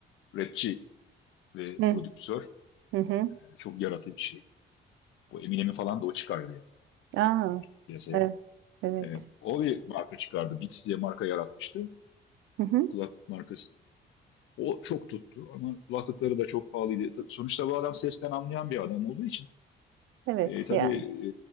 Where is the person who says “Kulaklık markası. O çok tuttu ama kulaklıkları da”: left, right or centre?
Left